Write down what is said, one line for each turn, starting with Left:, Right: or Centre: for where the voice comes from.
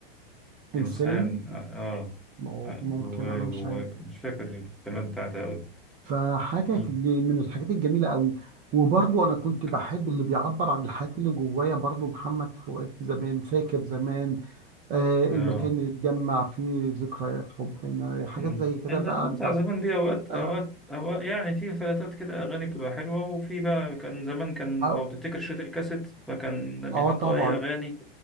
Right: انسان
Centre: إنسان آه
Right: مو-
Centre: آه، جواي
Right: ممكن انا مش
Centre: جواي
Right: عارف
Centre: مش فاكر الكلمات بتاعتها أوي
Right: فحاجه
Centre: مم.
Right: ج- من الحاجات الجميله قوي وبرضه انا كنت
Centre: ك-
Right: بحب اللي بيعبر عن الحاجات اللي جوايا برضه محمد فؤاد زمان فاكر زمان آه، المكان
Centre: آه
Right: اللي اتجمع فيه ذكريات حبنا حاجات
Centre: مم.
Right: زي كده
Centre: الأغاني
Right: بقى انت
Centre: بتاع زمان دي أوقات
Right: آه،
Centre: أوقات أوقات يعني في فلاتات كده أغاني بتبقى حلوة وفي بقى كان زمان كان
Right: آه،
Centre: لو تفتكر شريط الكاسيت فكان بيحطوا
Right: اه طبعا
Centre: أي أغاني